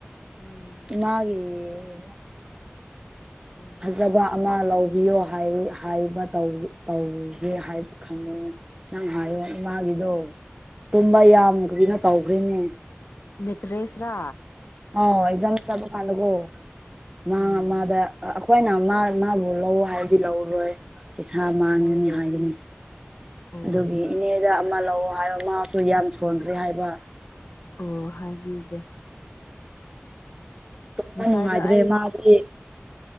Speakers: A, on the left; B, on the right.
A: ꯎꯝ
B: ꯃꯥꯒꯤꯦ
A: ꯎꯝ
B: ꯑꯗꯨꯗꯕ ꯂꯧꯕꯤꯌꯣ ꯍꯥꯏꯕ ꯇꯧꯒꯦ ꯍꯥꯏꯕ ꯈꯪꯅ ꯅꯪ ꯍꯥꯏꯌꯣ
A: ꯎꯝ
B: ꯏꯃꯥꯒꯤꯗꯣ ꯇꯨꯝꯕ ꯌꯥꯝ ꯀ ꯀꯅꯣ ꯇꯧꯈ꯭ꯔꯦꯅꯦ
A: ꯃꯦꯇ꯭ꯔꯦꯁ꯭ꯔꯥ
B: ꯑꯣ ꯑꯦꯖꯥꯝ ꯆꯥꯕ ꯐꯥꯟꯂꯒꯣ ꯃꯥ
A: ꯎꯝ
B: ꯃꯥꯗ ꯑꯩꯈꯣꯏꯅ ꯃꯥꯕꯨ ꯂꯧ ꯍꯥꯏꯔꯗꯤ ꯂꯧꯔꯔꯣꯏ ꯏꯁꯥ ꯃꯥꯟꯒꯅꯤ
A: ꯂꯧꯔꯣꯏ
B: ꯍꯥꯏꯒꯅꯤ
A: ꯎꯝ
B: ꯑꯗꯨꯒꯤ ꯏꯅꯦꯗ ꯑꯃ ꯂꯧꯑꯣ ꯍꯥꯏꯕ ꯃꯥꯁꯨ ꯌꯥꯝ ꯁꯣꯟꯈ꯭ꯔꯦ ꯍꯥꯏꯕ
A: ꯑꯣ ꯍꯥꯏꯕꯤꯒꯦ
B: ꯇꯅꯅꯨꯡꯉ
A: ꯉꯁꯥꯏꯗꯣ
B: ꯍꯥꯏ꯭ꯔꯦ
A: ꯑꯩ
B: ꯃꯥꯦ